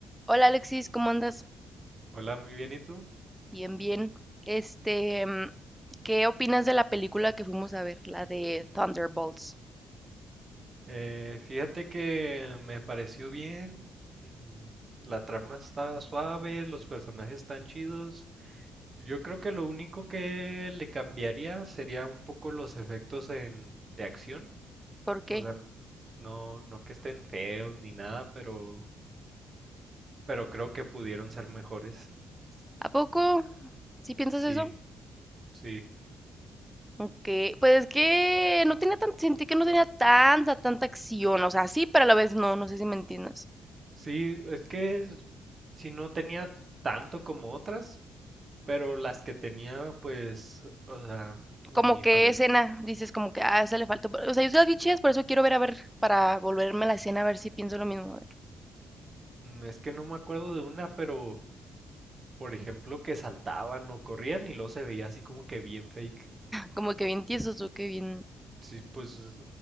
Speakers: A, in the centre; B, on the right.
A: Hola Alexis, ¿cómo andas?
B: Hola, muy bien, ¿y tú?
A: Bien, bien. Este, mm, ¿qué opinas de la película que fuimos a ver, la de Thunderbolts?
B: Eh, fíjate que me pareció bien, mm, la trama está suave, los personajes están chidos. Yo creo que lo único que le cambiaría sería un poco los efectos en, de acción,
A: ¿Por qué?
B: o sea, no, no que estén feos ni nada, pero, pero creo que pudieron ser mejores.
A: ¿A poco? ¿Sí piensas
B: Sí,
A: eso?
B: sí,
A: Aunque, pues es que no tenía tan, sentí que no tenía tanta, tanta acción, o sea, sí, pero a la vez no, no sé si me entiendes.
B: sí, es que s- si no tenía tanto como otras, Pero las que tenía, pues, o sea, a
A: Como
B: mi
A: que
B: parecer,
A: escena, dices como que, ah, esa le falta, o sea, yo sí las vi chidas, por eso quiero ver a ver, para volverme a la escena a ver si pienso lo mismo, a ver.
B: es que no me acuerdo de una, pero, por ejemplo, que saltaban o corrían y luego se veía así como que bien fake.
A: Como que bien tiesos o que bien,
B: Sí, pues,